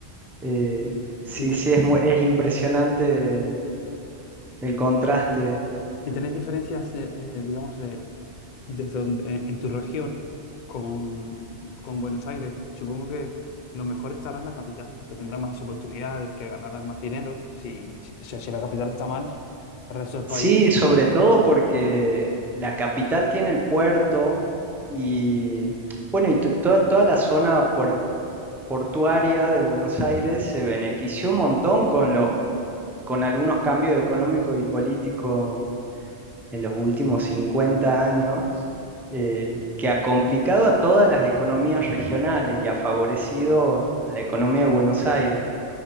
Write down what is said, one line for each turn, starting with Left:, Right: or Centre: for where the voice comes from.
Centre: Eh, sí,
Left: ¿Y, te-
Centre: sí, es muy, es impresionante el contraste.
Left: y tenéis diferencias de, eh, digamos, de, desde donde- en en tu región con, con Buenos Aires? Supongo que lo mejor estará en la capital, que tendrá más oportunidades, que ganará más dinero. Si, si, o sea, si la capital está mal, el resto del país,
Centre: Sí, sobre todo porque la capital tiene el puerto y bueno, y to- toda, toda la zona puer- portuaria de Buenos Aires se benefició un montón con los, con algunos cambios económicos y políticos en los últimos 50 años eh, que ha complicado a todas las economías regionales y ha favorecido a la economía de Buenos Aires.